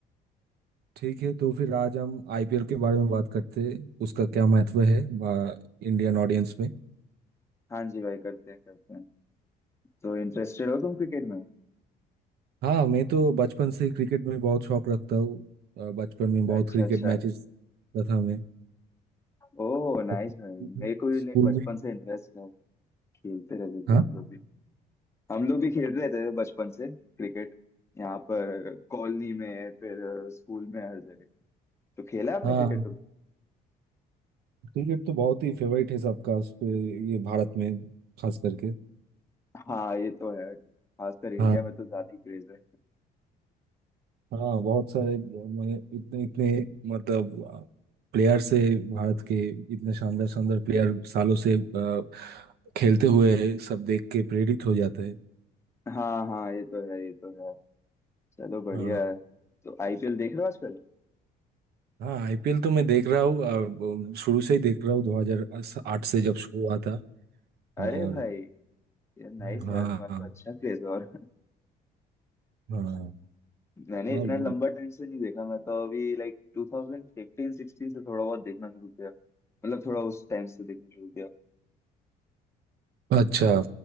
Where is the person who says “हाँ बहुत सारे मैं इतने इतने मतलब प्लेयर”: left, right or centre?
Right